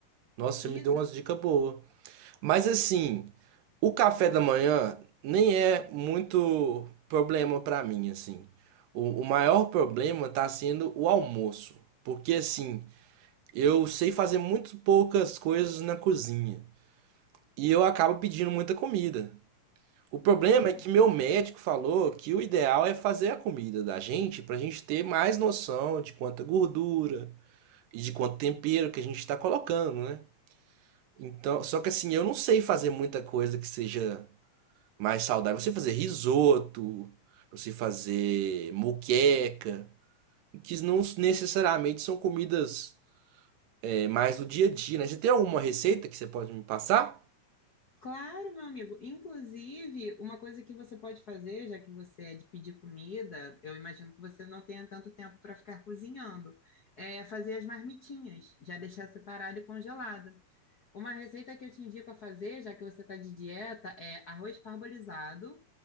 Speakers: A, on the right; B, on the left.
A: Nossa, você
B: Isso,
A: me deu umas dicas boas. Mas assim, o café da manhã nem é muito problema pra mim, assim. O, o maior problema tá sendo o almoço, porque assim, eu sei fazer muito poucas coisas na cozinha e eu acabo pedindo muita comida. O problema
B: uhum.
A: é que meu médico falou que o ideal é fazer a comida da gente pra gente ter mais noção de quanta gordura e de quanto tempero que a gente tá colocando, né? Então, só que assim, eu não sei fazer muita coisa que seja mais saudável. Você fazer risoto, você fazer moqueca, que não necessariamente são comidas é, mais do dia a dia, né? Você tem alguma receita que você pode me passar?
B: Claro, meu amigo. Inclusive, uma coisa que você pode fazer, já que você é de pedir comida, eu imagino que você não tenha tanto tempo para ficar cozinhando, é fazer as marmitinhas, já deixar separado e congelado. Uma receita que eu te indico a fazer, já que você está de dieta, é arroz parbolizado